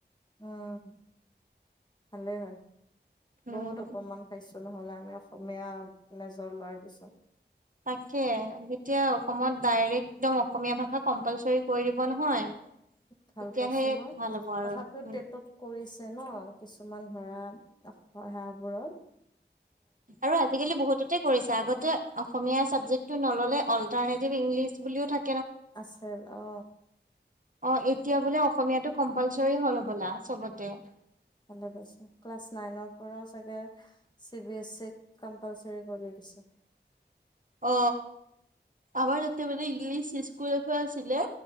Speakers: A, on the left; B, on the right.
A: উম ভালে হয়
B: উম
A: বহুত অপমান খাইছ ছো নহ'লে আমি অসমীয়াত মেজৰ লোৱাৰ পিছত
B: তাকে যেতিয়া অসমত ডাইৰেক্ট একদম অসমীয়া ভাষা কম্পালচৰি কৰি দিব নহয়
A: ভাল
B: তেতিয়াহে
A: পাইছো মই
B: ভাল হ'ব আৰু
A: তথাপিও
B: উম
A: টেটত কৰিছ ছে ন কিছুমান ধৰা সেৱাবোৰত
B: আৰু আজিকালি বহুততে কৰিছা। আগতে অসমীয়া চাবজেক্টটো নল'লে অল্টাৰনেটিভ ইংলিছ বুলিও থা
A: আছিল অ।
B: অ এতিয়া বোলে অসমীয়াটো কম্পালচৰি হ'ল হ'বলা চবতে।
A: ভালে পাইছোঁ। ক্লাছ নাইনৰ পৰাও চাগে চি বি এছ ইত কম্পালচৰি কৰি দিছে।
B: অ আমাৰ তাতে মানে ইংলিছ ইস্কুল এখন আছিলে।